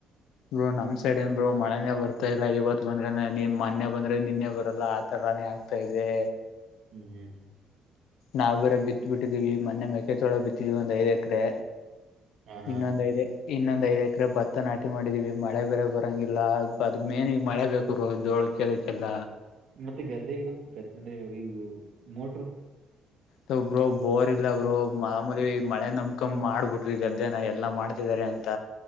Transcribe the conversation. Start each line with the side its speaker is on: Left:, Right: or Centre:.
Left: ಬೋ ನಮ್ ಸೈಡ್ ಏನ್ ಬ್ರೋ ಮಳೆನೇ ಬರ್ತಾ ಇಲ್ಲ ಇವತ್ ಬಂದ್ರೆ ನಿ ಮೊನ್ನೆ ಬಂದ್ರೆ ನಿನ್ನೆ ಬರಲ್ಲ ಆತರ. <unintelligible> ಆಗ್ತಾ ಇದೆ
Right: ಹ್ಮ್ ಹ್ಮ್
Left: ನಾವು ಬೆರೆ ಬಿತ್ ಬಿಟ್ಟಿದೀವಿ ಮೊನ್ನೆ ಮೆಕೆ ಜೋಳ ಬಿತ್ತಿದೀವಿ ಒಂದ್ ಐದ್ ಎಕ್ರೆ.
Right: ಹ ಹಾ
Left: ಇನ್ನೊಂದ್ ಐದು ಇನ್ನೊಂದ್ ಎಕ್ರೆ ಭತ್ತನಾಟ್ ಮಾಡಿದೀವಿ ಮಳೆ ಬೇರೆ ಬರೋಂಗಿಲ್ಲ ಅದ್ ಮೇನ್ ಈಗ್ ಮಳೆ ಬೇಕು ಬ್ರೋ ಜೋಳಕೆದುಕ್ಕೆಲ್ಲ.
Right: ಮತ್ತೆ ಗದ್ದೆ ಈಗ ಗದ್ದೆ ಅಂದ್ರೆ ಈವು ಮೋಟ್ರು.
Left: ತು ಬ್ರೋ ಬೋರ್ ಇಲ್ಲ ಬ್ರೋ ಮಾಮುಲಿ ಮಳೆ ನಮಕ್ ಮಾಡ್ಬಿಟ್ವಿ ಈ ಗದ್ದೆನ ಎಲ್ಲಾ ಮಾಡ್ತಿದಿದ್ದಾರೆ. ಎಂತ